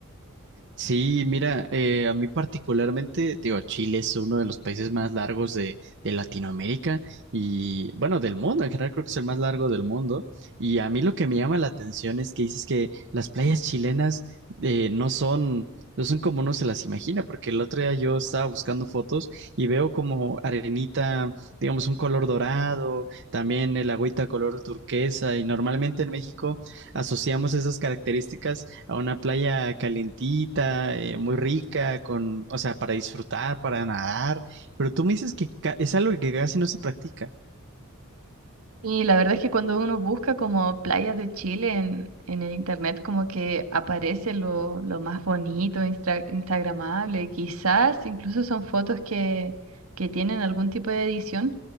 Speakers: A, on the right; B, on the right.
A: Sí, mira, eh, a mí particularmente, digo, Chile es uno de los países más largos de, de Latinoamérica y, bueno, del mundo, en general creo que es el más largo del mundo. Y a mí lo que me llama la atención es que dices que las playas chilenas eh, no son, no son como uno se las imagina, porque el otro día yo estaba buscando fotos y veo como arenita, digamos, un color dorado, también el agüita color turquesa y normalmente en México asociamos esas características a una playa calentita, eh, muy rica, con, o sea, para disfrutar, para nadar, pero tú me dices que ca- es algo que casi no se practica.
B: Y la verdad es que cuando uno busca como playas de Chile en, en el internet, como que aparece lo, lo más bonito, instra- instagramable, quizás incluso son fotos que, que tienen algún tipo de edición,